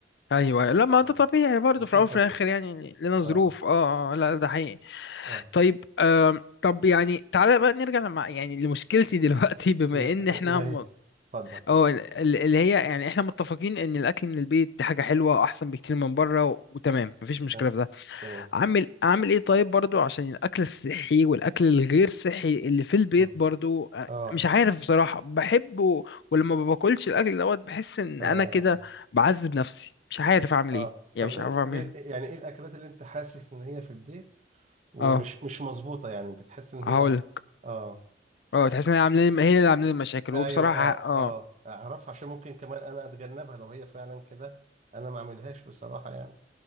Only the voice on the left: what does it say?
ايوه أيوه. لا ما
ده طبيعي برضه
في الاول وفي
الاخر يعني لنا ظروف
اه آه، لا ده حقيقي
طيب آم، طب يعني تعالى بقى نرجع لما يعني لمشكلتي دلوقتي <laughs> بما
ان احنا
م...
اه ال- ال- اللي هي يعني احنا متفقين ان الاكل من البيت دي حاجه حلوه واحسن بكتير من بره و... وتمام مفيش مشكله
في ده
اعمل اعمل ايه طيب برضو عشان الاكل الصحي والاكل الغير صحي اللي في البيت
برضو آه،
مش عارف بصراحه بحبه ولما ما باكلش الاكل دوت بحس ان
انا كده بعذب نفسي مش عارف اعمل
ايه يعني
مش
عارف اعمل
ايه
اه
هقول
اه تحس ان هي عامله لي هي اللي عامله لي مشاكل
وبصراحه
اه